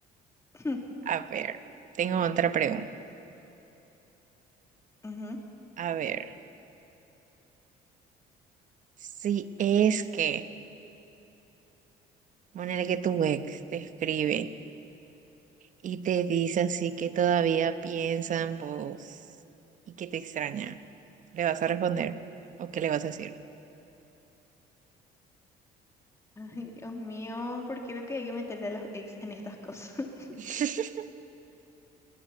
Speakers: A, on the left; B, on the right.
A: <laughs>
B: A ver, tengo otra pregunta.
A: Ujú.
B: A ver, si es que, ponele que tu ex te escribe. Y te dice así que todavía piensa en vos y que te extraña. ¿Le vas a responder? ¿O qué le vas a decir?
A: Ay, Dios mío, ¿por qué lo que hay que meterle a los ex en estas cosas? <laughs>
B: <laughs>